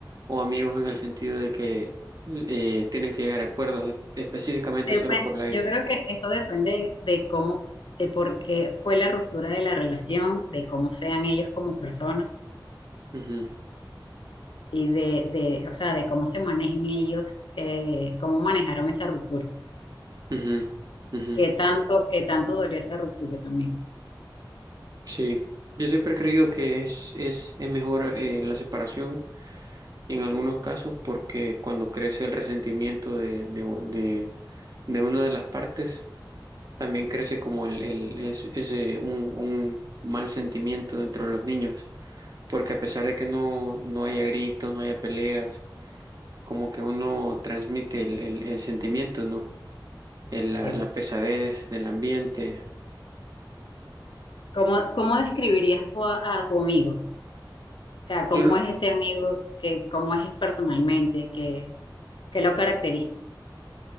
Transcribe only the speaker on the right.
o amigos en el sentido de que eh, tienen que llegar a acuerdos es- específicamente
solo por la
hija.
Ujú,
ujú, ujú.
Sí, yo siempre he creído que es, es, es mejor eh, la separación en algunos casos porque cuando crece el resentimiento de, de, de, de una de las partes, también crece como el, el- es- ese, un, un mal sentimiento dentro de los niños, porque a pesar de que no, no haya gritos, no haya peleas, como que uno transmite el, el- el sentimiento, ¿no? El- la,
la pesadez del ambiente.
Yo, lo-